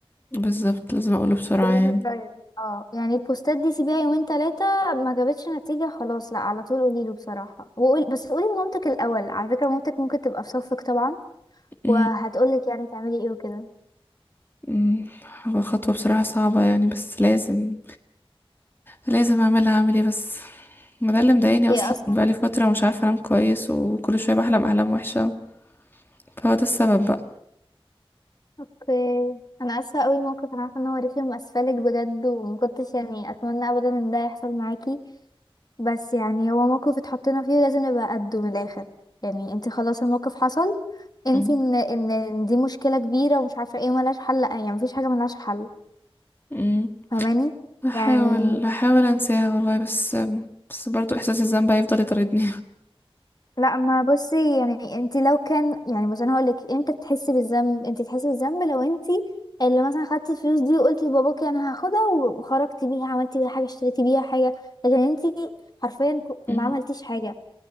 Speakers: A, on the left; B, on the left.
A: بالظبط لازم اقوله بسرعة
B: ريلي
A: يعني
B: قريب اه يعني البوستات دي سيبيها يومين تلاتة ما جابتش نتيجة خلاص لا على طول قوليله بصراحة وقول بس قولي لمامتك الأول على فكرة مامتك ممكن تبقى في صفك طبعا
A: أمم،
B: وهتقولك يعني تعملي ايه وكده
A: أمم، هو خطوة بصراحة صعبة يعني بس لازم لازم اعملها اعمل ايه بس ما ده اللي مضايقني
B: هي
A: اصلا
B: اصلا
A: بقالي فترة ومش عارفة انام كويس وكل شوية بحلم احلام وحشة فهو ده السبب بقى
B: اوكي انا اسفة قوي الموقف انا عارفة ان هو رخم اسفلك بجد ومكنتش يعني اتمنى ابدا ان ده يحصل معاكي بس يعني هو موقف اتحطينا فيه لازم نبقى قده من الاخر يعني انت خلاص الموقف حصل انت
A: أمم،
B: ان ان إن دي مشكلة كبيرة ومش عارفة ايه ملهاش حل لا يعني مفيش حاجة ملهاش حل
A: أمم،
B: فاهماني
A: هحاول
B: يعني
A: هحاول انساها والله بس بس برضو احساس الذنب هيفضل يطاردني
B: لا ما بصي يعني انت لو كان يعني بس انا هقولك امتى بتحسي بالذنب انت تحسي بالذنب لو انت اللي مثلا خدتي الفلوس دي وقلتي لباباكي انا هاخدها وخرجتي بيها عملتي بيها حاجه اشتريتي بيها حاجه لكن انت حرفيا ك-
A: مم.
B: ما عملتيش حاجه